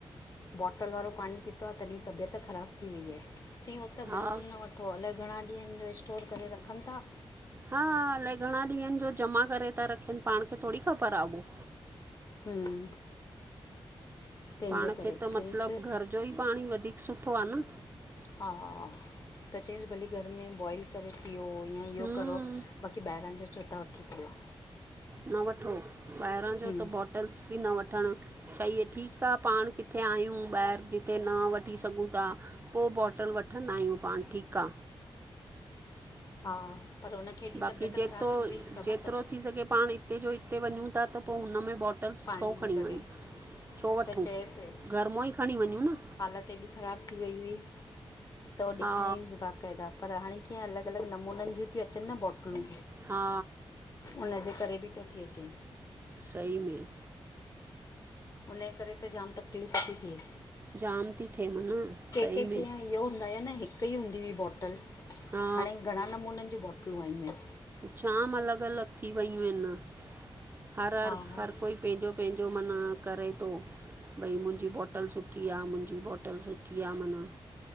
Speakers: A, on the left; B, on the right.
A: बॉटल वारो पाणी पीतो आ तॾी तबियत ख़राबु थी वई आ। चईं हो त
B: हा
A: बिल्कुलु न वठ हो अलाए घणा ॾींहंनि जो स्टोर करे रखनि ता।
B: हा, अलाए घणा ॾींहंनि जो जमा करे ता रखिनि पाण खे थोरी ख़बर आ उहो।
A: हम्म तंहिंजे
B: पाण
A: करे
B: खे त
A: चयईंसि
B: मतिलबु घर जो ई पाणी वधीक सुठो आ न।
A: हा त चयईंसि भलीे घर में बॉइल करे पियो या इहो
B: हम्म
A: करो, बाक़ी ॿाहिरां जो छो था वठी पियो।
B: न वठो, ॿाहिरां जो
A: हम्म
B: त बोटल्स बि न वठणु अच्छा इहे ठीकु आ पाण किथे आहियूं, ॿाहिरि जिते न वठी सघूं ता पो बोटल वठंदा आहियूं पाण ठीकु आ।
A: हा पर हुनखे एॾी
B: बाक़ी
A: तबियत
B: ॼेतो
A: ख़राबु थी वईसि ख़बर
B: ॼेतिरो
A: अथव
B: थी सघे पाण हिते जो हिते वञू ता त पो हुन में बोटल्स
A: पाणी
B: छो खणी
A: जे करे
B: वञूं? छो वठूं
A: त चए पियो,
B: घर मां ई खणी वञूं न
A: हालति हेॾी ख़राब थी वई हुई त उ
B: हा
A: ॾिखाईस बा क़एदा पर हाणे कीअं अलॻि अलॻि नमूननि जीयूं ती अचनि न बोटलूं।
B: हा
A: उनजे करे बि तो थेए अचे।
B: सही में
A: उने करे त जाम तकलीफ़ ती थेए।
B: जाम ती थे मना, सई
A: के
B: में।
A: कीअं इहो हूंदा आ न हिकु ई हूंदी हुई बोटल,
B: हा
A: हाणे घणा नमूननि जीयूं बेटलूं आयूं आहिनि।
B: जाम अलॻि अलॻि थी वयूं आहिनि हर हर
A: हा
B: हर कोई पैंजो पैंजो मना करे तो भई मुंहिंजी बोटल सुठी आ, मुंहिंजी बोटल सुठी आ, माना